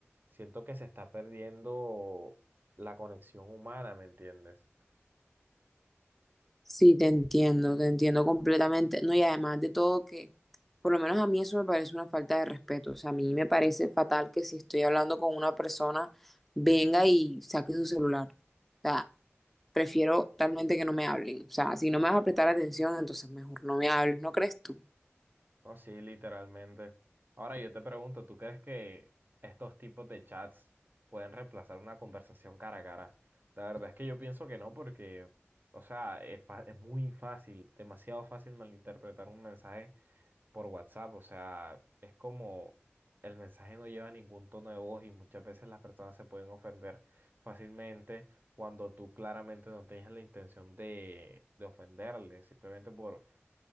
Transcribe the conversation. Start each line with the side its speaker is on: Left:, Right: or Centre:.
Right: siento que se está perdiendo la conexión humana, ¿me entiendes?
Centre: Sí, te entiendo, te entiendo completamente. No, y además de todo que, por lo menos a mí eso me parece una falta de respeto. O sea, a mí me parece fatal que si estoy hablando con una persona, venga y saque su celular. O sea, prefiero realmente que no me hablen. O sea, si no me vas a prestar atención, entonces mejor no me hables, ¿no crees tú?
Right: No, sí, literalmente. Ahora yo te pregunto, ¿tú crees que estos tipos de chats pueden reemplazar una conversación cara a cara? La verdad es que yo pienso que no, porque, o sea, es, fa- es muy fácil, demasiado fácil malinterpretar un mensaje por WhatsApp. O sea, es como el mensaje no lleva ningún tono de voz y muchas veces las personas se pueden ofender fácilmente cuando tú claramente no tienes la intención de, de ofenderle, simplemente por